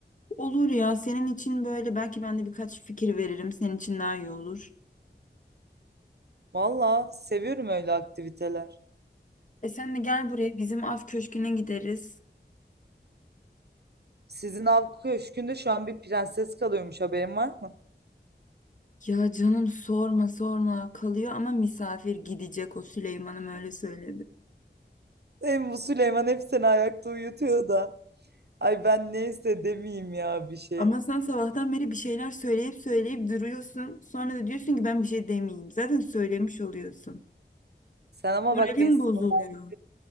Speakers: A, on the left (about 45°); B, on the right (about 60°).
A: Olur ya senin için böyle belki ben de birkaç fikir veririm. Senin için daha iyi olur.
B: Valla seviyorum öyle aktiviteler.
A: E sen de gel buraya bizim af köşküne gideriz.
B: Sizin av köşkünde şu an bir prenses kalıyormuş haberin var mı?
A: Ya canım sorma sorma kalıyor ama misafir gidecek o Süleyman'ım öyle söyledi.
B: Hem bu Süleyman hep seni ayakta uyutuyor da. Ay ben neyse demeyeyim ya bir şey.
A: Ama sen sabahtan beri bir şeyler söyleyip söyleyip duruyorsun. Sonra da diyorsun ki ben bir şey demeyeyim. Zaten söylemiş oluyorsun.
B: Sen ama
A: Moralim
B: bak beni sinirlen-
A: bozuluyor.